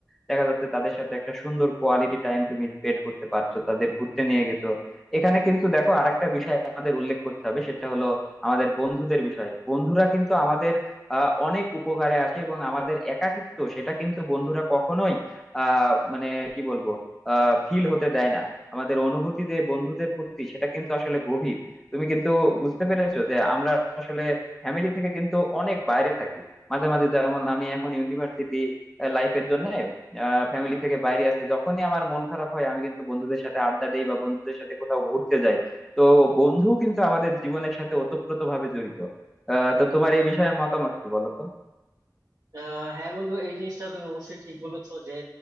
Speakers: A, in the centre; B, on the right.
A: দেখা যাচ্ছে তাদের সাথে একটা সুন্দর কোয়ালিটি টাইম তুমি স্পেন্ড করতে পারছো তাদের ঘুরতে নিয়ে গেছো এখানে কিন্তু দেখো আরেকটা বিষয় আমাদের উল্লেখ করতে হবে সেটা হলো আমাদের বন্ধুদের বিষয় বন্ধুরা কিন্তু আমাদের আহ অনেক উপকারে আসে এবং আমাদের একাকিত্ব সেটা কিন্তু বন্ধুরা কখনোই আহ মানে কি বলবো আহ ফিল হতে দেয় না আমাদের অনুভূতি যে বন্ধুদের প্রতি সেটা কিন্তু আসলে গভীর তুমি কিন্তু বুঝতে পেরেছো যে আমরা আসলে ফ্যামিলি থেকে কিন্তু অনেক বাইরে থাকি মাঝে মাঝে যেমন আমি এখন ইউনিভার্সিটি লাইফের জন্য ফ্যামিলি থেকে বাইরে আছি যখনই আমার মন খারাপ হয় আমি কিন্তু বন্ধুদের সাথে আড্ডা দেই বা বন্ধুদের সাথে কোথাও ঘুরতে যাই তো বন্ধু কিন্তু আমাদের জীবনের সাথে ওতপ্রোতভাবে জড়িত আহ তো তোমার এই বিষয়ে মতামত কি বলো তো
B: আহ হ্যাঁ বন্ধু এই জিনিসটা তুমি অবশ্যই ঠিক বলেছো যে